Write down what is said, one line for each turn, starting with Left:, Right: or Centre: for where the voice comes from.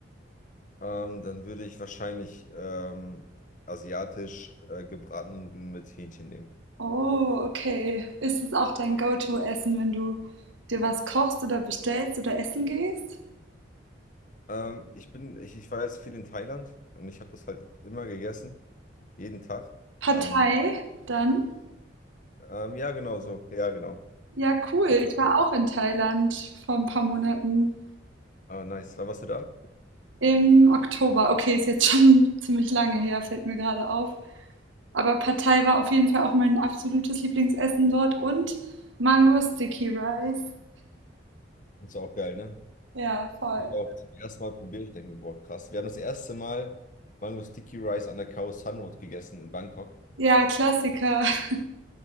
Left: Ähm, dann würde ich wahrscheinlich ähm, asiatisch äh, gebratene Nudeln mit Hähnchen nehmen.
Right: Oh, okay. Ist es auch dein Go-To-Essen, wenn du dir was kochst oder bestellst oder essen gehst?
Left: Ähm, ich bin, ich, ich war jetzt viel in Thailand und ich habe das halt immer gegessen, jeden Tag.
Right: Partei,
Left: Ähm,
Right: dann?
Left: ähm, ja, genau so, ja, genau.
Right: Ja, cool.
Left: Verteilt
Right: Ich war
Left: auf-
Right: auch in Thailand vor ein paar Monaten.
Left: Ah, nice. Wann warst du da?
Right: Im Oktober. Okay, ist jetzt schon <laughs> ziemlich lange her, fällt mir gerade auf. Aber Partei war auf jeden Fall auch mein absolutes Lieblingsessen dort und Mango Sticky Rice.
Left: Das ist auch geil, ne?
Right: Ja, voll.
Left: Das war auch zum ersten Mal probiert. Ich denke mir, boah, krass. Wir haben das erste Mal Mango Sticky Rice an der Khao San Road gegessen in Bangkok.
Right: Ja, Klassiker. <laughs>